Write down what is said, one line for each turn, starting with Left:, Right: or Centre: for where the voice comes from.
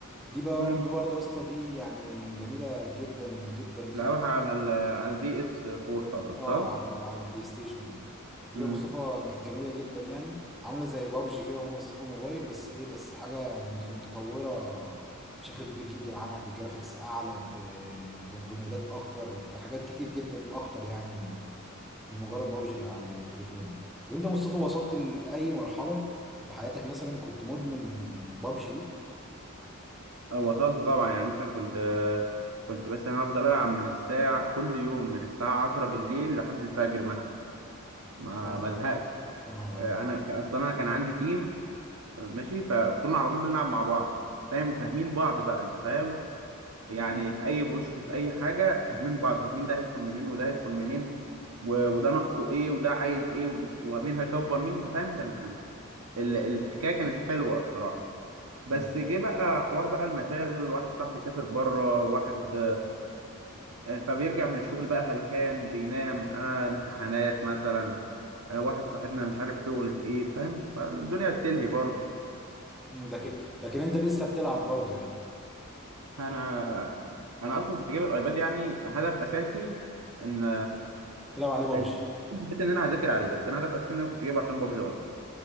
Centre: دي برضو
Right: امم
Centre: برضو يا اسطى دي يعني جميله جدا جدا جدا
Right: لعبها على ال على البي اس 4 طبعا
Centre: اه
Right: صح؟
Centre: على ال- على البلاي ستيشن اه دي
Right: امم
Centre: بقى مصطفى ج- جميله جدا يعني عامله زي بابجي كده ومصطفى موبايل بس ايه بس حاجه مت- متطوره بشكل كبير جدا عنها بجرافيكس اعلى ب- ب- بمودات اكتر بحاجات كتير جدا اكتر يعني من من مجرد بابجي اللي على التليفون دي طب انت يا مصطفى وصلت لاي مرحله في حياتك مثلا كنت مدمن آه، بابجي دي
Right: آه وصلت طبعا يعني مثلا كنت كنت بس انا افضل العب من الساعه كل يوم من الساعه 10 بالليل لحد الفجر مثلا ما
Centre: يا نهار
Right: ما ازهقش
Centre: ابيض يا نهار
Right: آه،
Centre: ابيض
Right: انا ك- اصلا انا كان عندي تيم ماشي فكنا على طول بنلعب مع بعض فاهم وفاهمين بعض بقى انت فاهم يعني
Centre: مم.
Right: في اي بوش في اي حاجه فاهمين بعض فاهمين ده هيدخل منين وده هيدخل منين و... وده ناقصه ايه وده عايز ايه و... ومين هيكفر مين انت فاهم كانت ال... ال... الحكايه كانت حلوه بصراحه بس
Centre: مم.
Right: جه بقى حوار بقى المشاغل واحد صاحبي سافر بره واحد آه، فبيرجع من الشغل بقى هلكان بينام انا امتحانات مثلا آه، واحد صاحبنا مش عارف شغل في ايه فاهم فالدنيا بتلهي برضه
Centre: مم. ده كده لكن انت لسه بتلعب برضه يعني
Right: انا انا اصلا كنت جايب الايباد يعني هدف اساسي ان
Centre: تلعب عليه بابجي
Right: حلو حته ان انا هذاكر عليه بس انا هدف اساسي ان انا كنت جايبه عشان بابجي اصلا